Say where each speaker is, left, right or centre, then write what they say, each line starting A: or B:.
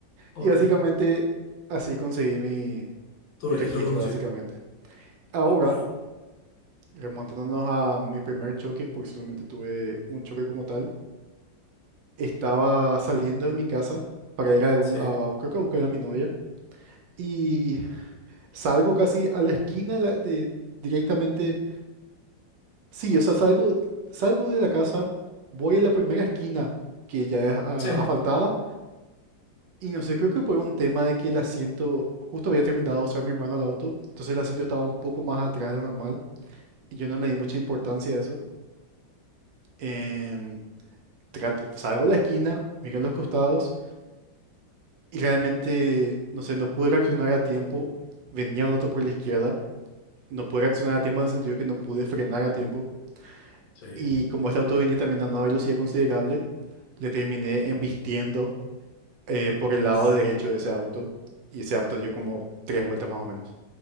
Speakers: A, on the left; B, on the right.
A: Ok.
B: Y básicamente así conseguí mi,
A: Tu
B: mi
A: registro
B: registro,
A: de conducir.
B: básicamente. Ahora...
A: Ok.
B: Remontándonos a mi primer choque, porque solamente tuve un choque como tal, estaba saliendo de mi casa para ir a algún,
A: Sí.
B: a- creo que a buscar a mi novia y salgo casi a la esquina de, la- de- directamente, sí, o sea, salgo, salgo de la casa, voy a la primera esquina que ya es ah,
A: Sí.
B: asfaltada y no sé, creo que por un tema de que el asiento, justo había terminado de usar mi hermano el auto, entonces el asiento estaba un poco más atrás de lo normal y yo no le di mucha importancia a eso. Em, trato- salgo a la esquina, miré a los costados y realmente, no sé, no pude reaccionar a tiempo. Venía un auto por la izquierda, no pude reaccionar a tiempo en el sentido que no pude frenar a tiempo.
A: Sí.
B: Y como este auto venía también a una velocidad considerable, le terminé embistiendo eh, por el
A: Uf.
B: lado derecho de ese auto y ese auto dio como tres vueltas más o menos.